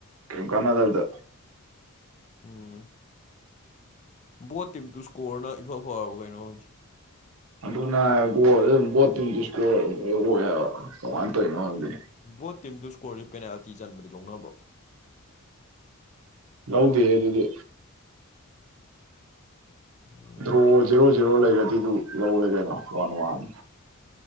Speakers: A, on the right; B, on the left.
A: ꯀꯔꯤꯝ ꯀꯥꯟꯅꯗꯕꯗ
B: ꯎꯝ ꯕꯣꯠ ꯇꯤꯝꯇꯨ ꯁꯀꯣꯔꯅ ꯏꯐꯥ ꯐꯔꯕ ꯀꯩꯅꯣ ꯈꯪꯗꯦ
A: ꯑꯗꯨꯅ ꯒꯣꯜ ꯕꯣꯠ ꯇꯤꯝꯇꯨ ꯏꯁꯀꯣꯔ ꯑꯣꯏ ꯍꯥꯏꯕ ꯀꯃꯥꯏꯅ ꯇꯧꯔꯤꯅꯣ ꯈꯪꯗꯦ
B: ꯕꯣꯠ ꯇꯤꯝꯇꯨ ꯁ꯭ꯀꯣꯔꯁꯦ ꯄꯦꯅꯥꯜꯇꯤ ꯆꯟꯕꯗꯤ ꯂꯧꯅꯕ꯭ꯔꯣ
A: ꯂꯧꯗꯦꯍꯦ ꯑꯗꯨꯗꯤ
B: ꯎꯝ
A: ꯗ꯭ꯔꯣ ꯖꯦꯔꯣ ꯖꯦꯔꯣ ꯂꯩꯔꯗꯤ ꯑꯗꯨ ꯂꯧꯔꯦ ꯀꯩꯅꯣ one one